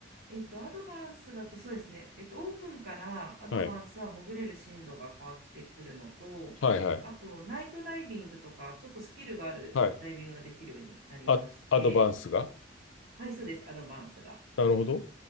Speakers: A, on the right (about 50°); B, on the left (about 80°).
A: えっと、アドバンスだとそうですね、えっと、オープンからアドバンスは潜れる進路が変わってくるのと、
B: はい。はいはい。
A: あと、ナイトダイビングとか、ちょっとスキルがあるダイビングができるようになりまして、
B: はい。あ、アドバンスが
A: はい、そうです、アドバンスが。
B: なるほど。